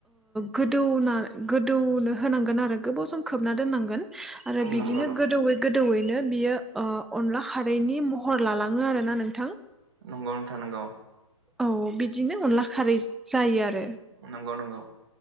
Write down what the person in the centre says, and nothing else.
गोदौना गोदौनो होनांगोन आरो गोबाव सम खोबना दोननांगोन आरो बिदिनो
गोदौयै गोदौवैनो बियो अनला खारैनि मह हर लालाङो आर ना नोंथां
औ बिदिनो अनला खारै जायो आरो